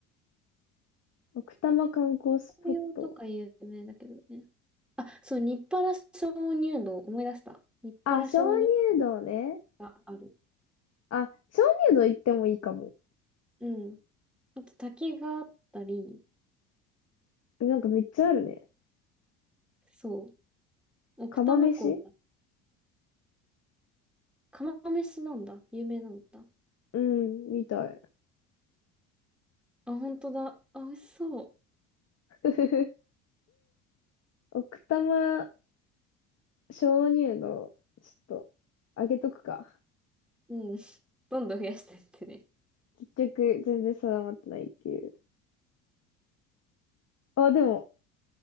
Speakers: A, on the left; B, in the centre.
A: 奥多摩観光スポット。
B: 紅葉とか有名だけどね。あ、そう、日原鍾乳洞、思い出した。日原鍾乳
A: あ、鍾乳洞ね。
B: 洞がある。
A: あ、鍾乳洞行ってもいいかも。
B: うん。あと滝があったり、
A: なんかめっちゃあるね。
B: そう。奥多摩湖も、
A: 釜飯
B: 釜飯なんだ。有名なんだ。
A: うん、みたい。
B: あ、本当だ。あ、美味しそ
A: <laughs> 奥多摩鍾乳洞、ちょっと、あげとくか。
B: う。うん。<laughs> どんどん増やしてって
A: 結局、全然定まってないっていう。あ、でも、